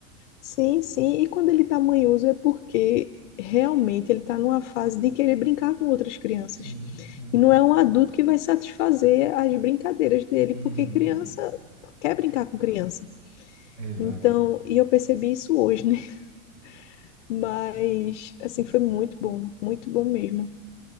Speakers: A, on the left; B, on the right.
A: Sim, sim. E quando ele está manhoso é porque realmente ele está numa fase de querer brincar com outras crianças.
B: Sim, entendo.
A: E não é um adulto que vai satisfazer as brincadeiras dele,
B: Uhum,
A: porque criança quer brincar com criança.
B: exato.
A: Então, e eu percebi isso hoje, né? <laughs> Mas, assim, foi muito bom, muito bom mesmo.